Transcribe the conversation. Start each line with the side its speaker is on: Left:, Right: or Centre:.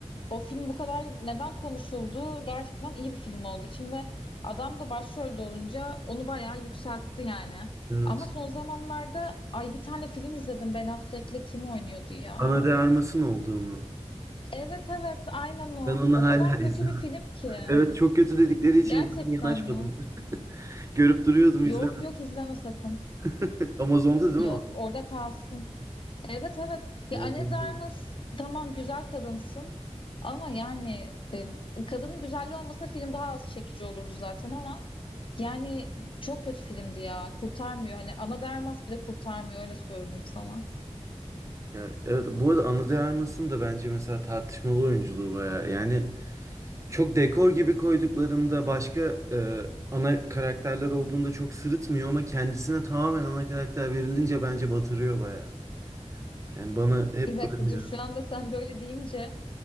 Left: o film bu kadar neden konuşuldu? Gerçekten iyi bir film olduğu için ve adam da başrolde olunca onu bayağı yükseltti yani.
Right: Evet.
Left: Ama son zamanlarda ay bir tane film izledim Ben Affleck'le kim oynuyordu ya?
Right: Ana de Armas'ın olduğu mu?
Left: Evet evet aynen o.
Right: Ben onu
Left: O
Right: hala
Left: kadar
Right: <laughs> izlemedim.
Left: kötü bir film ki.
Right: Evet çok kötü dedikleri için
Left: Gerçekten
Right: ben yanaşmadım.
Left: mi?
Right: <laughs> Görüp duruyordum
Left: Yok
Right: izlemedim.
Left: yok izleme sakın.
Right: <laughs> Amazon'da değil
Left: Yok
Right: mi o?
Left: orada kalsın. Evet evet. Ya
Right: Amazon'da.
Left: Anne Darmas tamam güzel kadınsın ama yani e, kadının güzelliği olmasa film daha az çekici olurdu zaten ama yani çok kötü filmdi ya. Kurtarmıyor. Hani Ana Darmas bile kurtarmıyor öyle söyleyeyim sana.
Right: Ya evet bu arada Anna de Armas'ın da bence mesela tartışmalı oyunculuğu bayağı. Yani çok dekor gibi koyduklarında başka e, ana karakterler olduğunda çok sırıtmıyor ama kendisine tamamen ana karakter verilince bence batırıyor bayağı. Yani bana hep
Left: Bir dakika
Right: böyle.
Left: dur
Right: geldi.
Left: şu anda sen böyle deyince